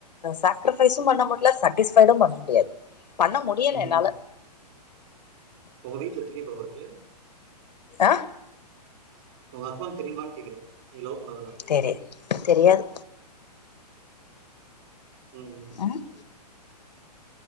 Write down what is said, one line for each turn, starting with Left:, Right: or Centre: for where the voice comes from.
Left: சக்கரிபைஸும் பண்ண முடியல சாட்டிஸ்பைடும் பண்ண முடியாது பண்ண முடியல
Right: ம்
Left: என்னால
Right: உங்க வீட்ல எத்தன <unintelligible> இருக்கு
Left: ஆஹ
Right: உங்க ஹஸ்பெண்ட் தெரியுமானு கேக்குறேன் நீங்க லவ் பண்ணதெல்லா
Left: தெரி தெரியாது
Right: உம்
Left: ம்